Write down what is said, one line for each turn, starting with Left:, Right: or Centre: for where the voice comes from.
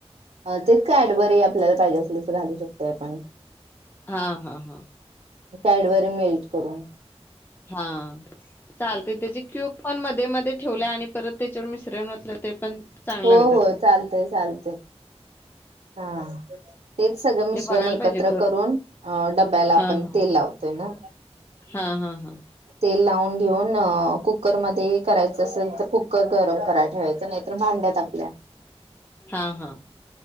Right: ते कॅडबरी आपल्याला पाहिजे असेल तर घालू शकतय आपण
Left: हा हा हा
Right: कॅडबरी मेल्ट करून
Left: हा चालते त्याची क्यूब पण मध्ये मध्ये ठेवले आणि परत त्याच्यावर मिश्रण ओतलं ते पण चांगल
Right: हो
Left: लागत
Right: हो
Left: असल
Right: चालतय चालतय हा ते सगळं मिश्रण
Left: नाही बघायला
Right: एकत्र
Left: पाहिजे
Right: करून डब्याला
Left: हा
Right: आपण
Left: हा
Right: तेल लावतोय ना
Left: हा हा हा
Right: ते लावून घेऊन कुकर मध्ये करायचं असेल तर कुकर गरम कराय ठेवायच नाहीर भांड्या टाकल्या
Left: हा हा